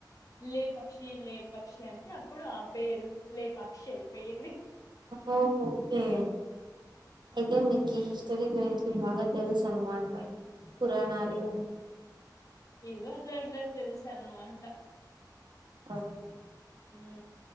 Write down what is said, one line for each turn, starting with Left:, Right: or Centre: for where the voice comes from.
Left: లే పక్షి లే పక్షి అంటే అప్పుడు ఆ పేరు లేపాక్షి అయిపోయింది
Right: ఓ ఓకే అయితే మీకు ఈ హిస్టరీ గురించి బాగా తెలుసు అనుమాట పురాణాలు
Left: ఏదో అట్లా అట్లా తెలుసానుమాట
Right: అవు
Left: ఉం